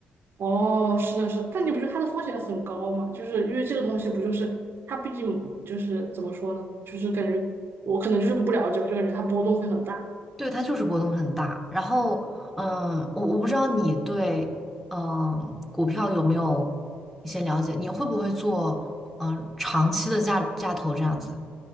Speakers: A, on the right; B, in the centre.
A: 哦，是的，是的但你不是它的风险很高嘛？就是因为这个东西不就是它毕竟就是怎么说呢？就是感觉我可能就是不了解吧，就感觉它波动会很大。
B: 对，它就是波动很大。然后，嗯，我我不知道你对嗯股票有没有一些了解，你会不会做嗯长期的价价投这样子？